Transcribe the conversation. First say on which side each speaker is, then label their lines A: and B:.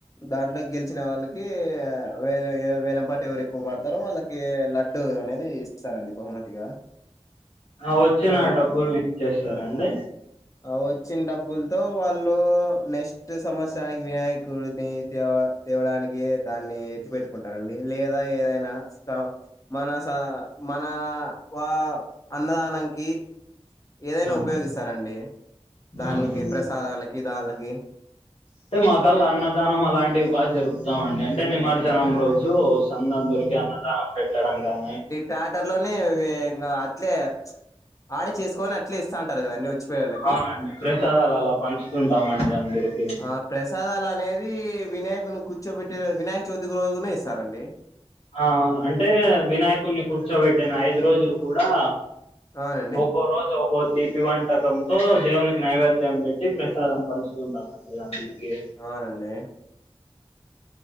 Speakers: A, on the left; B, on the left.
A: దాంట్లో గెలిచిన వాళ్ళకి వే వేలంపాట ఎవరు ఎక్కువ పడుతారో వాళ్ళకి లడ్ డ్డు అనేది ఇస్తారండి బహుమతిగా
B: వచ్చిన
A: ఆ
B: డబ్బులనిచ్చేస్తరా అండి
A: ఆ వచ్చిన డబ్బులతో వాళ్ళు నెక్ క్స్ట్ సంవత్సరానికి వినాయకుడినీ తేవ తేవడానికి దాన్ని ఎత్తి పెట్టుకుంటారండి లేదా ఏదైనా స మన స మన వా అన్నదానానికి ఏదైనా
B: ఆ
A: ఉపయోగిస్తారండి దానికి
B: అవునండి
A: ప్రసాదాలకి దానిళకి
B: అంటే మకళ అన్నదానం అలాంటివి బాగా జరుపుతామండి అంటే నిమజ్జనం రోజు సందందరికి అన్నదానం పెట్టడం గాని
A: థయేటర్ లోనే ఇవి ఇంగ అట్లే ఆడే చేసుకోని అట్లే ఇస్థంటారు కదండి వచ్చిపోయే వాళ్ళకి
B: అవునండి ప్రసాదాలు అలా పంచుతుంటామండి అందరికి
A: ఆ ప్రసాదాలు అనేది వినాయకుని కూర్చోబెట్టి వినాయక చవితికి రోజు కూడానే ఇస్తారండి
B: అ అవును అంటే వినాయకుని కూర్చోబెట్టిన ఐదు రోజులు కూడా
A: అవునండి
B: ఒక్కో రోజు ఒక్ కో తీపి వంటకంతో దేవునికి నైవేద్యం పెట్టి ప్రసాదం పంచుతుంటామ డి అందరికి
A: అవునండి